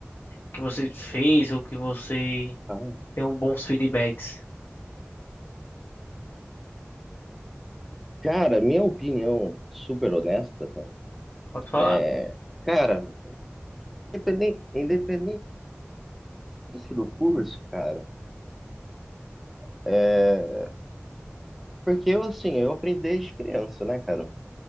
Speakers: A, on the left (about 55°); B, in the centre.
A: que você fez ou que você
B: ah,
A: tem um bons feedbacks?
B: cara, minha opinião super honesta, cara,
A: Pode falar.
B: é, cara, independente, independente do curso, cara, é, porque eu, assim, eu aprendi desde criança, né, cara?